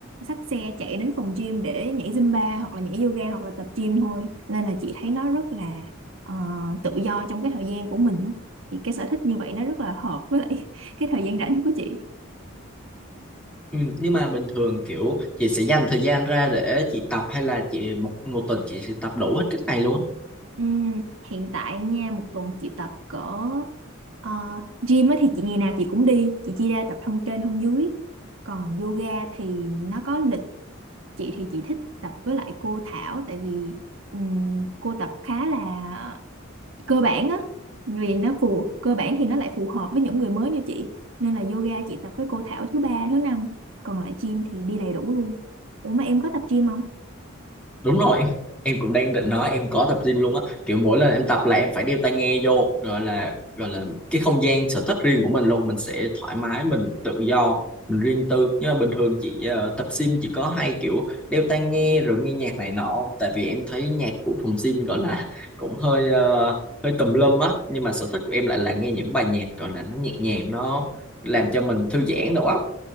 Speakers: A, on the right; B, in the centre.
A: xách xe chạy đến phòng gym để nhảy Zumba hoặc là nhảy yoga hoặc là tập gym thôi nên là chị thấy nó rất là ờ, tự do trong cái thời gian của mình á. thì cái sở thích như vậy nó rất là hợp với lại <laughs> cái thời gian rảnh của chị
B: ừ, nhưng mà bình thường kiểu chị sẽ dành thời gian ra để chị tập hay là chị một một tuần chị sẽ tập đủ hết cái ngày luôn
A: Ừm, hiện tại nha một tuần chị tập cỡ ờ, gym á thì chị ngày nào chị cũng đi chị chia ra tập thân trên thân dưới còn yoga thì nó có lịch chị thì chị thích tập với lại cô Thảo tại vì ừm, cô tập khá là cơ bản á vì nó phù cơ bản thì nó lại phù hợp với những người mới như chị nên là yoga chị tập với cô Thảo thứ ba thứ năm còn lại gym thì đi đầy đủ luôn ủa mà em có tập gym không
B: đúng rồi em em cũng đang định nói em có tập gym luôn á kiểu mỗi lần em tập là em phải đeo tai nghe vô gọi là gọi là cái không gian sở thích riêng của mình luôn mình sẽ thoải mái mình tự do mình riêng tư nhưng mà bình thường chị ờ, tập gym chỉ có hay kiểu đeo tai nghe rồi nghe nhạc này nọ không? tại vì em thấy nhạc của phòng gym gọi là cũng hơi ờ, hơi tùm lum á nhưng mà sở thích của em lại là nghe những bài nhạc gọi là nó nhẹ nhàng nó làm cho mình thư giãn đầu óc